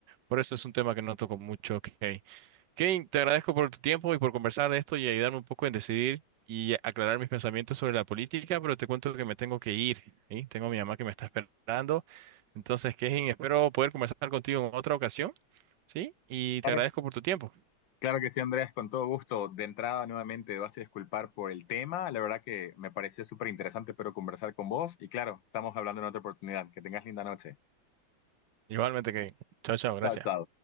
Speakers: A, on the right (about 70°); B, on the left (about 75°).
A: Por eso es un tema que no toco mucho. Kane, Kane, te agradezco por tu tiempo y por conversar de esto y ayudarme un poco en decidir y aclarar mis pensamientos sobre la política, pero te cuento que me tengo que ir, ¿sí? Tengo a mi mamá que me está esperando. Entonces, Kane, espero poder conversar contigo en otra ocasión ¿sí? Y
B: Claro
A: te agradezco por tu tiempo.
B: Claro que sí, Andrés, con todo gusto. De entrada, nuevamente, vas a disculpar por el tema. La verdad que me pareció súper interesante, pero conversar con vos. Y claro, estamos hablando en otra oportunidad. Que tengas linda noche.
A: Igualmente, que Chao, chao, gracias.
B: Chao, chao.